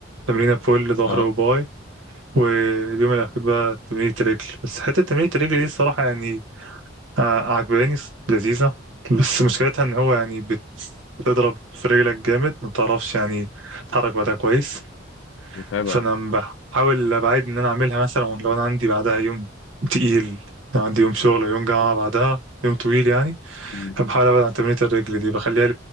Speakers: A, on the right; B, on the left.
A: تمرينة بول ظهر
B: اه
A: وباي واليوم الأخير بقى تمرينة رجل بس حتة تمرينة الرجل دي الصراحة يعني ع- عجباني لذيذة بس مشكلتها إن هو يعني بت- بتضرب في رجلك جامد ما بتعرفش يعني تتحرك بعدها كويس
B: متابع
A: فأنا بحاول أبعد إن أنا أعملها مثلا لو أنا عندي بعدها يوم تقيل لو عندي يوم شغل أو يوم جامعة بعدها يوم طويل يعني
B: امم
A: بحاول ابعد عن تمرينة الرجل دي بخليها